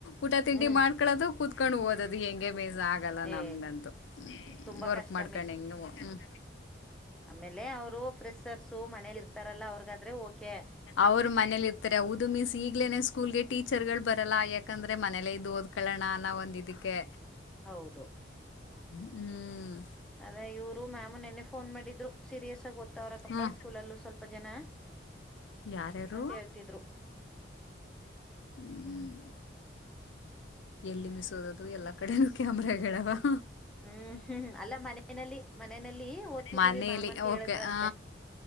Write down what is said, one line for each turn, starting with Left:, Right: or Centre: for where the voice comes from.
Left: ಊಟ ತಿಂಡಿ
Centre: ಹ್ಮ್
Left: ಮಾಡ್ಕೊಳ್ಳೋದು ಕ ಕುತ್ಕೊಂಡು ಹದ. ದು ಹೆಂಗೆ ಮೀಸ್ ಆಗಲ್ಲ
Centre: ಏ
Left: ನಮ್ಗಂತೂ ಹ
Centre: ತುಂಬಾ
Left: ವರ್ಕ್
Centre: ಕಷ್ಟ
Left: ಮಾಡ್ಕೊಂಡ್
Centre: ಮಿಸ್
Left: ಹೆಂಗ್ -ಹ್ಮ-
Centre: ಆಮೇಲೆ ಅವರು ಫ್ರೆ್ಸರ್ಸು ಮನೇಲಿ ಇರ್ತಾರಲ್ಲ ಅವ್ರಗಾದ್ರೆ ಓಕೆ.
Left: ಅವ್ರ ಮನೇಲಿ ಇರ್ತಾರೆ ಹೌದು ಮಿಸ್ ಈಗ್ಲೇನೆ ಸ್ಕೂಲ್ಗೆ ಟೀಚರ್ ಗಳು ಬರಲ್ಲ ಯಾಕಂದ್ರೆ ಮನೇಲೆ ಇದದು ಹೋದ್. ಕಳೋಣ ಅನ್ನ ಒಂದ ಇದಕ್ಕೆ.
Centre: ಹೌದು
Left: ಹ್ಮ್
Centre: ಅದೇ ಇವ್ರು ಮ್ಯಾಮು ನೆನ್ನೆ ಫೋನ್ ಮಾಡಿದ್ರು ಸೀರಿಯಸ್ ಆಗ ಓದತ್ತಾವರಕಪ್ಪಾ
Left: ಹ್ಮ
Centre: ಸ್ಕೂಲಲ್ಲೂ ಸ್ವಲ್ಪ- ಅಪ್ಪ ಜನ
Left: ಯಾರ್ಯಾರು
Centre: ಅಂತ ಹೇಳ್ತಿದ್ರು.
Left: ಹ್ಮ್ ಎಲ್ಲಿ ಮಿಸೋದದು ಎಲ್ಲಾ ಕಡೆನೂ ಕ್ಯಾಮರಾಗಡಾವ <unintelligible>
Centre: ಹ್ಮ್- ಹ್ಮ್- ಅಲ್ಲ ಮನೆಯಲ್ಲಿ ಮನೆಯಲ್ಲಿ ಓದ್ತಿದ್ದೀವಿ
Left: ಮನೇಲಿ
Centre: ಮಾಮಂತ
Left: ಓಕೆ
Centre: ಹೇಳದ್ರಂತೆ.
Left: ಹ